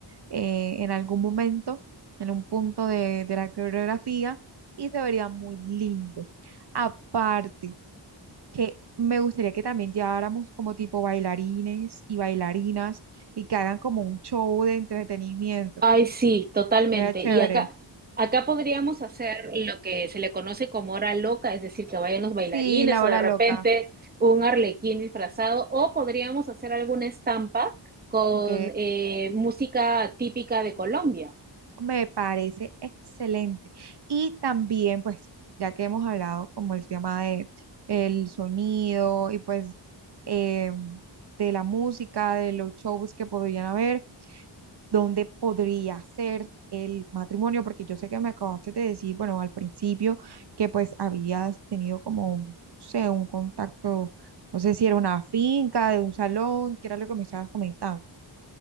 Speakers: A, on the right; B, on the right.
A: eh, en algún momento, en un punto de, de la coreografía y se vería muy lindo. Aparte, que me gustaría que también lleváramos como tipo bailarines y bailarinas y que hagan como un show de entretenimiento.
B: Ay, sí, totalmente.
A: Sería chévere.
B: Y acá, acá podríamos hacer lo que se le conoce como hora loca, es decir, que vayan los bailarines
A: Sí, la hora
B: o de repente
A: loca.
B: un arlequín disfrazado, o podríamos hacer alguna estampa con
A: Ok.
B: eh, música típica de Colombia.
A: Me parece excelente. Y también, pues, ya que hemos hablado como el tema de el sonido y pues eh, de la música, de los shows que podrían haber, ¿dónde podría ser el matrimonio? Porque yo sé que me acabaste de decir, bueno, al principio que pues habías tenido como, un- no sé, un contacto, no sé si era una finca, de un salón, que era lo que me estabas comentando.